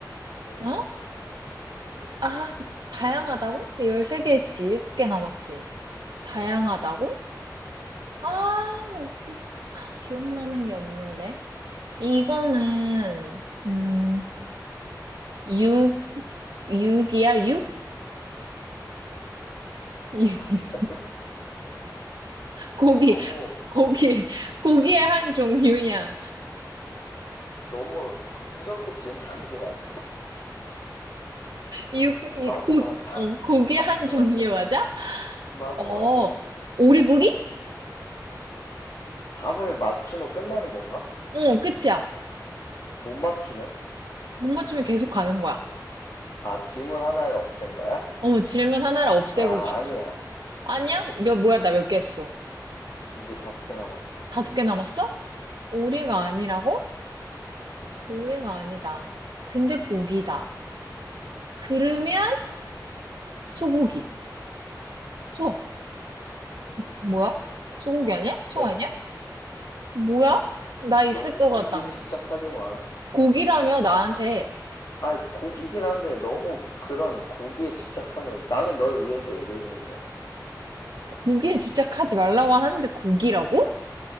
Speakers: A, on the left; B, on the right.
A: 음,
B: 어? 아, 다양하다고? 13개 했지. 7개 남았지. 다양하다고?
A: 음.
B: 아, 기억나는 게 없는데. 이거는 음, 육, 육이야? 육? 육.
A: 유기가
B: <laughs>
A: <laughs>
B: 고기,
A: 너무,
B: 고기, 고기의 한 종류냐
A: 너무, 이렇게 질문하는 게 맞나?
B: 육, 이-
A: 맞아,
B: 고,
A: 맞아. <laughs>
B: 어, 고기의
A: 맞아,
B: 한 종류
A: 맞아.
B: 맞아?
A: 맞아,
B: 어,
A: 맞아.
B: 오리고기?
A: 답을 맞추면 끝나는 건가?
B: 응, 끝이야.
A: 못 맞추면?
B: 못 맞추면 계속 가는 거야.
A: 아, 질문 하나를 없앤 거야?
B: 어머, 질문 하나를 없애고
A: 아,
B: 맞춰.
A: 아니야.
B: 아니야? 몇, 뭐야, 나 몇 개 했어?
A: 이제 다섯 개 남았어.
B: 다섯 개 남았어? 오리가 아니라고? 오리가 아니다. 근데 고기다. 그러면 소고기. 소. 뭐야? 소고기 아니야? 소
A: 땡.
B: 아니야? 뭐야? 나 있을
A: 너무
B: 것
A: 거기에
B: 같다며.
A: 집착하지 마.
B: 고기라며 나한테
A: 아, 고기긴 한데 너무 그런 고기에 집착하면 나는 널 위해서 얘기해 주는 거야.
B: 고기에 집착하지 말라고 하는데 고기라고?